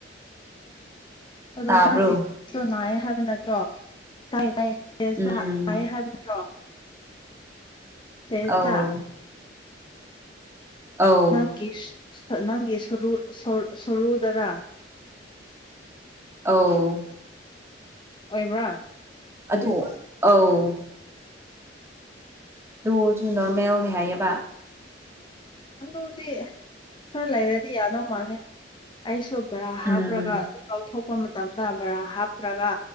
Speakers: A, on the left (about 25°); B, on the right (about 15°).
A: ꯑꯗꯣ
B: ꯇꯥꯕ꯭ꯔꯣ
A: ꯅꯪꯒꯤꯗꯣ ꯅꯥꯌꯦ ꯍꯥꯏꯕ ꯅꯠꯇ꯭ꯔꯣ ꯇꯥꯏꯌꯦ ꯇꯥꯏꯌꯦ ꯇꯦꯁꯇꯣ
B: ꯎꯝ
A: ꯍꯥꯏꯌꯦ ꯍꯥꯏꯕ ꯅꯠꯇ꯭ꯔꯣ ꯇꯦꯁꯇꯥ
B: ꯑꯧ ꯑꯧ
A: ꯅꯪꯒꯤ ꯁ꯭ꯊꯠ ꯅꯪꯒꯤ ꯁꯔꯨ ꯁꯔꯨꯗꯔꯥ
B: ꯑꯧ
A: ꯑꯣꯏꯕ꯭ꯔꯥ
B: ꯑꯗꯣ ꯑꯥꯎ ꯑꯗꯨ ꯑꯣꯖꯨ ꯅꯣꯔꯃꯦꯜꯅꯦ ꯍꯥꯏꯌꯦꯕꯥ
A: ꯑꯗꯨꯗꯤ ꯈꯔ ꯂꯩꯔꯗꯤ ꯌꯥꯗꯧ ꯃꯥꯜꯂꯦ ꯑꯩꯁꯨ ꯕ꯭ꯔꯥ ꯍꯥꯞꯔꯒ
B: ꯎꯝ
A: ꯑꯗꯨꯝ ꯂꯧꯊꯣꯛꯄ ꯃꯇꯝꯗ ꯕ꯭ꯔꯥ ꯍꯥꯞꯇ꯭ꯔꯒ